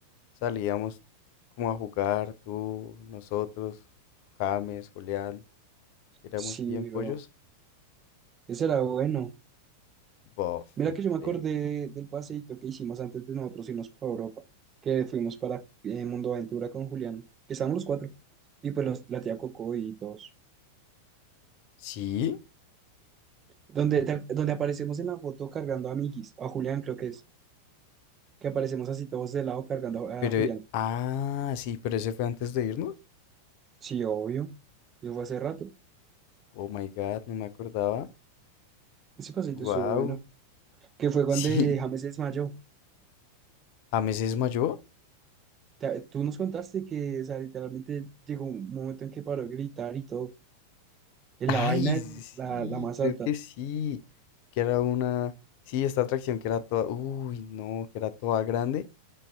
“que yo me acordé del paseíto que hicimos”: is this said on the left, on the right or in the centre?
Right